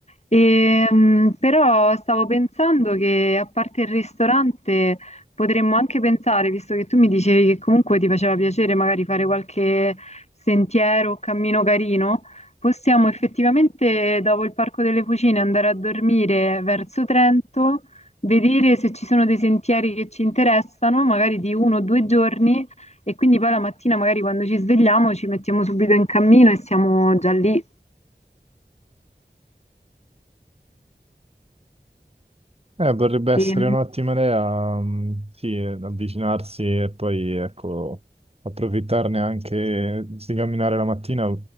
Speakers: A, on the left; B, on the right.
A: Ehm, però stavo pensando che a parte il ristorante potremmo anche pensare, visto che tu mi dicevi che comunque ti faceva piacere magari fare qualche sentiero o cammino carino, possiamo effettivamente dopo il Parco delle Fucine andare a dormire verso Trento, vedere se ci sono dei sentieri che ci interessano, magari di uno o due giorni, e quindi poi la mattina magari quando ci svegliamo ci mettiamo subito in cammino e siamo già lì,
B: Eh, potrebbe
A: che
B: essere un'ottima idea, mm, sì, eh, avvicinarsi e poi, ecco, approfittarne anche di camminare la mattina,